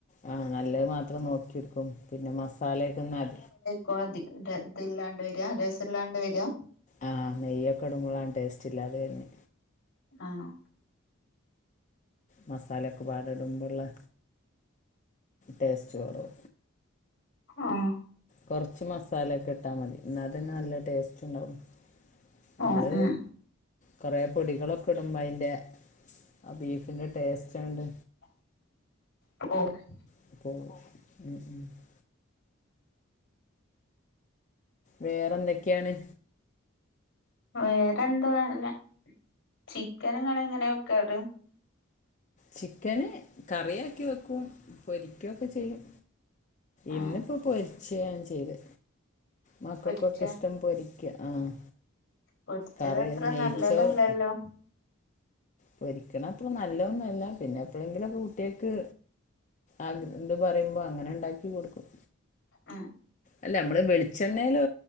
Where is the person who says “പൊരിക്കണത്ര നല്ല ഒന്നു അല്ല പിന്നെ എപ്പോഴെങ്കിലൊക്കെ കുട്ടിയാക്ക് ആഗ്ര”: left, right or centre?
Left